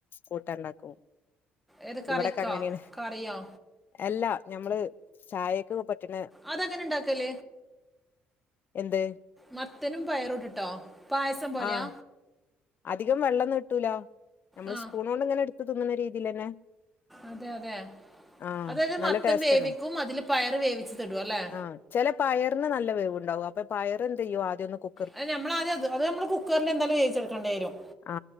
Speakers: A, on the left (about 40°); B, in the centre.
A: കൂട്ടാണ്ടാക്കും
B: ഏത് കറിക്കോ
A: ഇവെടെക്കെ അങ്ങനെയാണ്
B: കറിയോ
A: എല്ലാ ഞമ്മെൾ ചായെക്ക് പറ്റ്ണെ
B: അത് എങ്ങനെ ഇണ്ടാക്കെൽ
A: എന്ത്
B: മത്തനും പയറും ഇട്ടിട്ടോ പായസം പോലെയാ
A: ആഹ് അധികം വെള്ളം നി ട്ടുലാ നമ്മള്
B: ആ
A: സ്പൂൺ കൊണ്ട് ഇങ്ങനെ എടുത്ത് തിന്നുന്ന രീതിയിൽ തന്നെ
B: അതെ അതെ
A: ആ
B: അതായത്
A: നല്ല
B: മത്തൻ
A: ടേസ്റ്റാണ്
B: വേവിക്കും അതിൽ പയർ വേവിച്ചിട്ട് ഇടും അല്ലേ
A: ആ ചില പയറിന് നല്ല വേവുണ്ടാവും പ്പപയറെന്ത്ചെയ്യും ആദ്യൊന്നു കു
B: അത് നമ്മൾ ആദ്യംഅത് അത് നമ്മള് കുക്കറിൽ എന്തായാലും വേവിച്ചെടുക്കേണ്ടി വരും
A: ആ